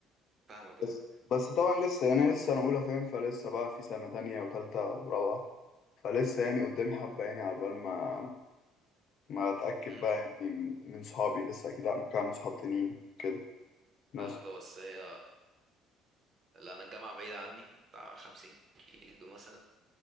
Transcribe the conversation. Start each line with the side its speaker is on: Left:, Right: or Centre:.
Right: فاهمك أه
Left: بس بس طبعا لسه يعني، انا لسه انا اولى فاهم فلسه بقى في سنه تانية وتالتة ورابعه فلسه يعني قدامي حبه يعني على بال ما ما اتاكد
Right: أمم،
Left: بقى يعني من من صحابي لسه اكيد ممكن اعمل صحاب تانيين كده ناصر
Right: فاهمك أه بس هي لا أنا الجامعة بعيدة عني بتاع خمسين كيلو مثلا